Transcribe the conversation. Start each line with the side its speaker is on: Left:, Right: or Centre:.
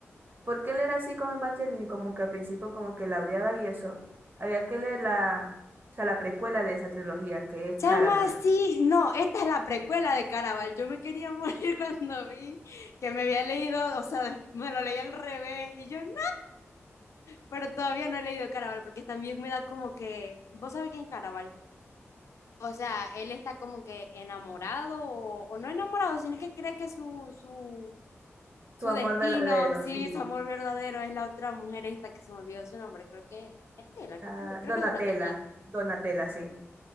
Right: ¿Por él era así con Evangeline? Como que al principio como que la odiaba y eso. Había que leer la, o sea, la precuela de esa trilogía, que es
Left: Chama,
Right: Caraval.
Left: sí, no, esta es la precuela de Caraval. Yo me quería morir <laughs> cuando vi que me había leído, o sea, des- me lo leí al revés y yo no, pero todavía no he leído Caraval porque también me da como que, ¿vos sabés quién es Caraval? O sea, él está como que enamorado o, o no enamorado, sino que cree que su, su, Su
Right: su amor
Left: destino,
Right: verdadero,
Left: sí,
Right: sí.
Left: su amor verdadero es la otra mujer esta que se me olvidó su nombre, creo que es Estela,
Right: Ah,
Left: creo que, creo
Right: Donatella,
Left: que es Donatella.
Right: Donatella, sí.